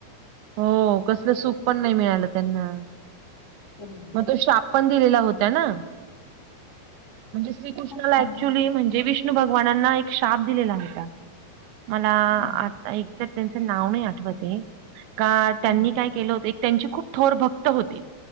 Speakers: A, on the right; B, on the left.
A: हो कसलं सुखपन नाई मिळालं त्यांना.
B: हम्म.
A: पण तो श्राप पण दिलेला होता ना म्हणजे श्रीकृष्णाला
B: हा, हा,
A: पूर्वी म्हणजे विष्णू भगवानांना एक शाप दिलेला होता. मला
B: हा,
A: आता‌ एक्झॅक्ट त्यांचं नाव नाई आठवतय. का त्यांनी
B: हा,
A: काय केलं होतं एक त्यांची खूप थोर भक्त होती